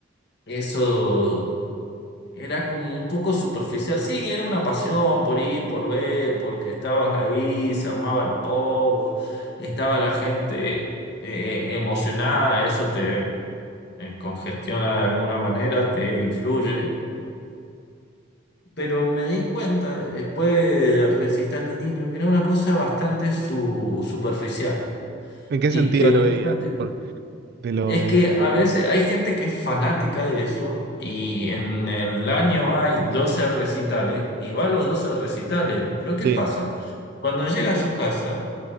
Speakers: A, on the left; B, on the right.
A: Eso era como un poco superficial. Sí, era una pasión por ir, por ver, porque estabas ahí, se armaba el pogo, estaba la gente eh, emocionada, eso te eh, congestiona de alguna manera, te influye. Pero me di cuenta después del recital de niño que era una cosa bastante su- superficial
B: ¿En qué
A: y
B: sentido
A: que muchas
B: lo veías? Por- de lo...
A: Es que a veces hay gente que es fanática de eso y en el año hay 12 recitales y va a los 12 recitales. Pero ¿qué
B: Sí.
A: pasa? Cuando llega a su casa,